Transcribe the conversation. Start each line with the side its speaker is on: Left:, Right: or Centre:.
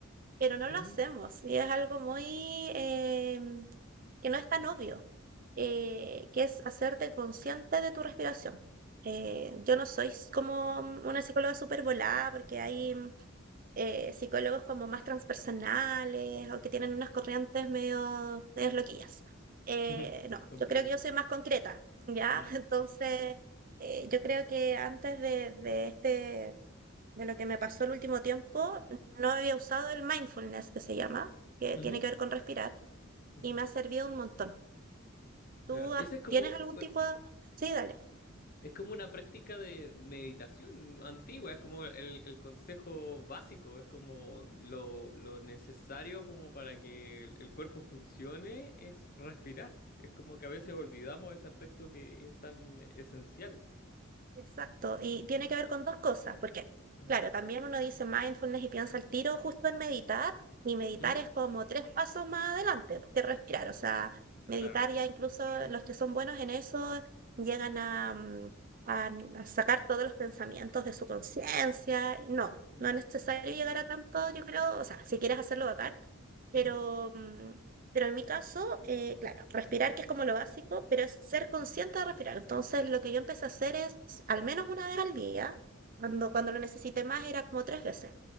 Right: pero no
Left: mm.
Right: lo hacemos y es algo muy em, que no es tan obvio, eh, que es hacerte consciente de tu respiración. Eh, yo no soy s- como una psicóloga súper volada porque hay mm, eh, psicólogos como más transpersonales o que tienen unas corrientes medio, medio loquillas. Eh,
Left: <laughs>
Right: no,
Left: Comprendo.
Right: yo creo que yo soy más concreta, ¿ya?
Left: Mm,
Right: <laughs> Entonces, eh, yo creo que antes de, de este de lo que me pasó el último tiempo, no había usado el mindfulness que se llama, que
Left: ujú,
Right: tiene que ver con respirar,
Left: mm.
Right: y me ha servido un montón. ¿Tú
Left: Claro.
Right: has-
Left: Ese es como,
Right: tienes algún
Left: eh,
Right: tipo de... Sí, dale.
Left: Es como una práctica de meditación antigua, es como el, el consejo básico, es como lo, lo necesario como para que el el cuerpo funcione es respirar. Es como que a veces olvidamos ese aspecto que es tan esencial.
Right: Exacto, y tiene que ver con dos cosas, porque,
Left: Mm,
Right: claro, también uno dice mindfulness y piensa al tiro justo en meditar, y meditar
Left: mm,
Right: es como tres pasos más adelante que respirar, o sea, meditar
Left: claro.
Right: ya incluso
Left: Mm,
Right: los que son buenos en eso llegan a, mm, a n- a sacar todos los pensamientos de su conciencia, no,
Left: mm,
Right: no es necesario llegar a tanto, yo creo, o sea, si quieres hacerlo bacán, pero
Left: ujú,
Right: mm, pero en mi caso, eh, claro, respirar, que es como lo básico, pero es ser consciente de respirar. Entonces, lo que yo empecé a hacer es, al menos una vez al día, cuando, cuando lo necesité más, era como tres veces